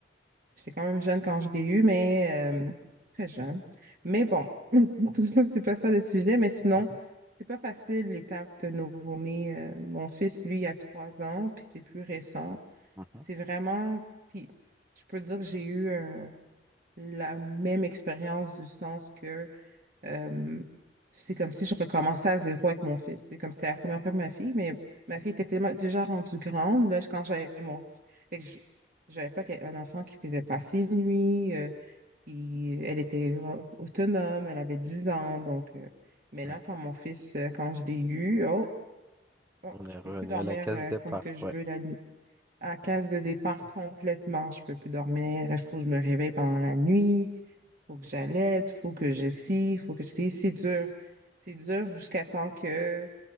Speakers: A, on the right; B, on the right.
A: j'étais quand même jeune quand je l'ai eu, mais euh, très jeune. Mais bon, <laughs> tout ça, c'est pas ça le sujet, mais sinon,
B: mhm,
A: c'est pas facile l'étape de nouveau-né. Euh, mon fils, lui, il a 3 ans, puis c'est plus récent.
B: mhm.
A: C'est vraiment. Puis, je peux dire que j'ai eu euh, la même expérience du sens que. Euh, c'est comme si je recommençais à zéro avec mon fils. C'est comme si c'était la première fois de ma fille, mais ma fille était tellement déjà rendue grande là, quand j'avais mon... fils. Fait que je n'avais pas quel- un enfant qui faisait passer une nuit. euh, qui- elle était au- autonome, elle avait 10 ans. Donc, euh, mais là,
B: Ouais,
A: quand mon fils, euh, quand je l'ai eu, oh, oh,
B: on est
A: je
B: revenu
A: peux plus dormir
B: à la case
A: euh,
B: départ,
A: comme que je
B: ouais.
A: veux la nuit. À la case
B: Ouais.
A: de départ complètement, je peux plus dormir. Il faut que je me réveille pendant la nuit faut que j'allaite, faut que je scie, faut que je scie. C'est dur. C'est dur jusqu'à temps que